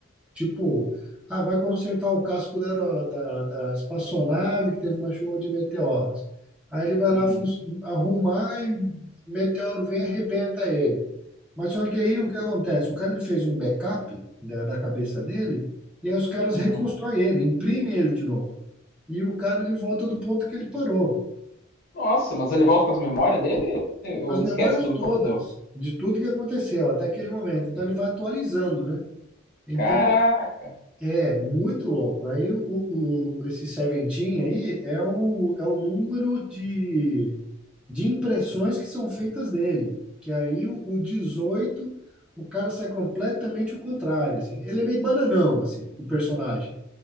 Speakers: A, in the centre; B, on the left.
A: tipo, ah, vai consertar o casco da, aero- da, da espaçonave que teve uma chuva de meteoros. Aí ele vai
B: uhum,
A: lá fu- arrumar e meteoro vem e arrebenta ele. Mas só que aí o que acontece? O cara, ele fez um backup da, da cabeça dele e aí os caras
B: uhum.
A: reconstroem ele, imprimem ele de novo. E o cara, ele volta do ponto que ele parou.
B: Nossa, mas ele volta com as memórias dele ou
A: as
B: ele
A: memórias
B: esquece tudo
A: todas
B: que aconteceu?
A: de tudo que aconteceu até aquele momento. Então ele vai atualizando, né? Então
B: Caraca,
A: é muito louco. Aí o, o- o- esse Seventeen aí é o, é o número de, de impressões que são feitas dele. Que aí o, o 18, o cara sai completamente o contrário, assim. Ele é meio bananão, assim, o personagem.